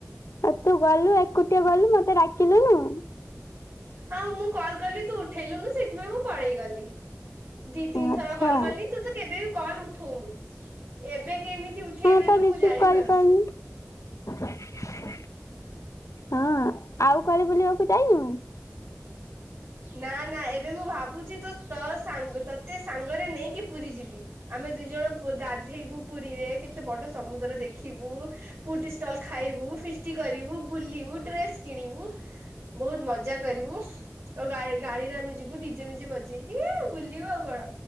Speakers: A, on the left; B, on the right.
A: ଆଉ ତୁ ଗଲୁ ଏକୁଟିଆ ଗଲୁ ମତେ ଡାକିଲୁନୁ।
B: ଆଉ ମୁଁ କଲ କଲି ତୁ ଉଠେଇଲୁନୁ ସେଥିପାଇଁ ମୁଁ ପଳେଇ ଗଲି। ଦି ତିନି ଥର
A: ଆଚ୍ଛା
B: କଲ୍ କଲିଣି ତୁ ତ କେବେ ବି କଲ୍ ଉଠଉନୁ। ଏବେ କେମିତି ଉଠେଇଦେଲୁ
A: ହଁ ତ ରିସିଭ
B: ମୁଁ ଜାଣିପାରୁଛୁ।
A: କରିପାରନି। ହଁ ଆଉ କାଳେ ବୁଲିବାକୁ ଯାଇନୁ।
B: ନା ନା ଏ ଏ ମୁଁ ଭାବୁଛି ତ ତ ସାଙ୍ଗ ତତେ ସାଙ୍ଗରେ ନେଇକି ପୁରୀ ଯିବି। ଆମେ ଦି ଜଣ ଗାଧେଇବୁ ପୁରୀରେ କେତେ ବଡ ସମୁଦ୍ର ଦେଖିବୁ ଫୁଡ ଷ୍ଟଲ ଖାଇବୁ। ଫିଷ୍ଟି କରିବୁ, ବୁଲିବୁ, ଡ୍ରେସ୍ କିଣିବୁ, ବହୁତ ମଜା କରିବୁ। ଆଉ ଗା ଗାଡିରେ ଆମେ ଯିବୁ। ନିଡିଜେ ମିଜେ ବଜେଇକି ବୁଲିବୁ ଆଉ କଣ।